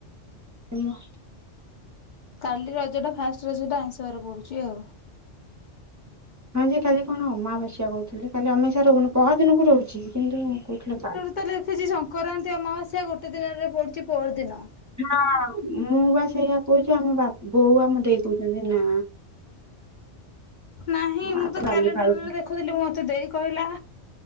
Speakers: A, on the right; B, on the left.
A: ଧନ୍ୟବା <inaudible>
B: କାଲି ରଜ ଟା ଫାଷ୍ଟ ରଜଟା ଆଇଁଶିବାର ପଡୁଛି ଆଉ।
A: ହଁ ଯେ କାଲି କଣ ଅମାବାସ୍ୟା କହୁଥିଲେ କାଲି ଅମିଷା ରହୁନି ପହ ଦିନକୁ ରହୁଛି କିନ୍ତୁ କହୁଥିଲେ କା
B: ସେ ଲେଖିଛି ସଂକ୍ରାନ୍ତି ଅମାବସ୍ୟା ଗୋଟେ ଦିନରେ ପଡ଼ୁଚି ପର ଦିନ।
A: ହ ମୁଁ ବା ସେଇଆ କହୁଛି ଆମ ବା ବୋଉ ଆମ ଦେଇ କହୁଛନ୍ତି ନା।
B: ନାହିଁ
A: ଆ
B: ମୁଁ ତ
A: ଡାଲି
B: କ୍ୟାଲେଣ୍ଡର
A: ଫାଳୁ
B: ରେ ଦେଖୁଥିଲି ମତେ ଦେଇ କହିଲା